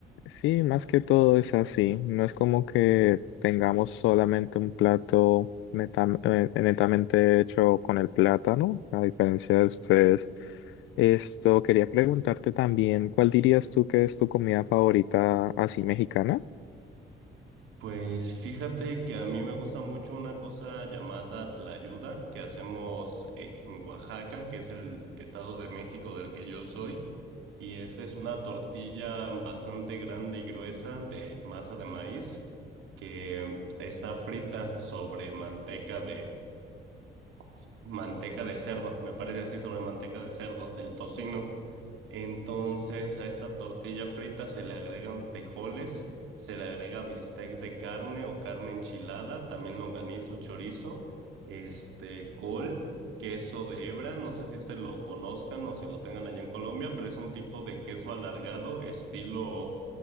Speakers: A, on the left; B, on the right.
A: Sí, más que todo es así. No es como que tengamos solamente un plato netam- eh, netamente hecho con el plátano, a diferencia de ustedes. Esto quería preguntarte también, ¿cuál dirías tú que es tu comida favorita así mexicana?
B: Pues fíjate que a mí me gusta mucho una cosa llamada tlayuda que hacemos en Oaxaca, que es el estado de México del que yo soy. Y esta es una tortilla bastante grande y gruesa de masa de maíz que está frita sobre manteca s- manteca de cerdo, me parece así, sobre manteca de cerdo, del tocino. Entonces a esta tortilla frita se le agregan frijoles, se le agrega bistec de carne o carne enchilada, también longaniza o chorizo, este, col, queso de hebra, no sé si este lo conozcan o si lo tengan allá en Colombia, pero es un tipo de queso alargado, estilo